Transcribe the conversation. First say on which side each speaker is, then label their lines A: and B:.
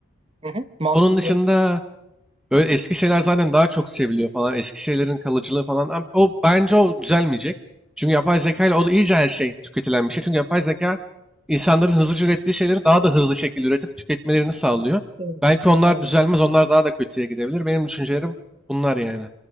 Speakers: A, on the right (about 25°); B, in the centre.
A: Hı hı. Mantıklı.
B: Onun dışında Böyle eski şeyler zaten daha çok seviliyor falan. Eski şeylerin kalıcılığı falan. Am- O bence o düzelmeyecek. Çünkü yapay zeka ile o da iyice her şey tüketilen bir şey. Çünkü yapay zeka insanların hızlıca ürettiği şeyleri daha da hızlı şekilde üretip tüketmelerini sağlıyor.
A: Evet.
B: Belki onlar
A: Aynen.
B: düzelmez, onlar daha da kötüye gidebilir. Benim düşüncelerim bunlar yani.